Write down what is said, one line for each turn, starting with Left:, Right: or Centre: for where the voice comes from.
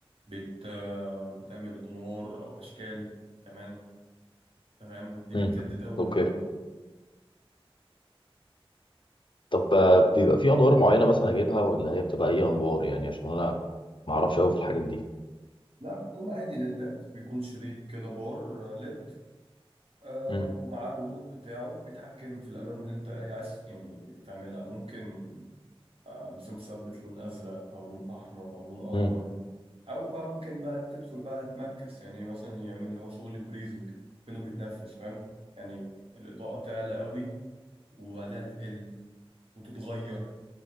Right: بت آه، بتعمل أنوار أو أشكال كمان تمام دي
Left: امم
Right: بتجدد أوي من
Left: اوكي
Right: الأوضة
Left: طب آه، بيبقى في انوار معينه مثلا اجيبها ولا هي بتبقى اي انوار يعني عشان انا ما اعرفش قوي في الحاجات دي
Right: لا بتكون عادي ليدات بيكون شريط كده بار آه، ليد آه،
Left: امم
Right: ومعاه ريموت بتاعه بيتحكم في الألوان اللي أنت إيه عايز يعني تعملها ممكن آه، مثلا تثبت لون أزرق أو لون أحمر أو لون أخضر
Left: امم
Right: أو بقى ممكن بقى تدخل بقى تمكس يعني مثلا يعمل اللي هو شغل بريزنج كأنه بيتنفس فاهم يعني الإضاءة تعلى قوي وبعدها تقل وتتغير